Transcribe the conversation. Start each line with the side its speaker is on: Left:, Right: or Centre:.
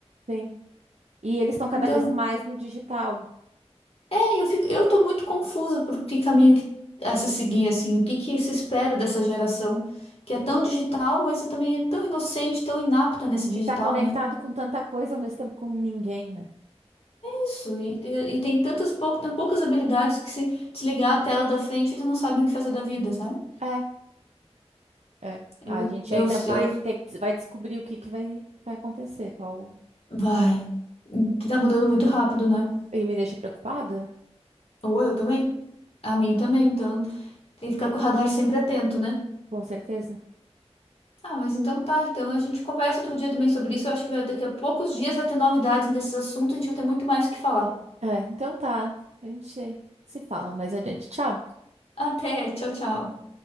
Right: Sim. E eles estão cada
Left: Então,
Right: vez mais no digital.
Left: é, eu fico, eu tô muito confusa por que caminho que, a se seguir, assim, o que que se espera dessa geração que é tão digital, mas também é tão inocente, tão inapta nesse digital,
Right: E tá conectado
Left: né?
Right: com tanta coisa ao mesmo tempo com ninguém, né?
Left: Isso, e, e- e tem tantas pouco, tão poucas habilidades que se desligar a tela da frente, eles não sabem o que fazer da vida, sabe?
Right: É, é. A
Left: Eu,
Right: gente
Left: eu,
Right: ainda vai
Left: eu,
Right: ter, que- vai descobrir o que que vai, vai acontecer. Qual...
Left: vai. Tá mudando muito rápido, né?
Right: E me deixa preocupada?
Left: Ou eu também. A mim também, então tem que ficar com o radar sempre atento, né?
Right: Com certeza.
Left: Ah, mas então tá, então a gente conversa outro dia também sobre isso. Eu acho que vai, daqui a poucos dias vai ter novidades nesses assuntos, a gente vai ter muito mais o que falar.
Right: É, então tá. A gente se fala mais adiante. Tchau.
Left: Até, tchau, tchau.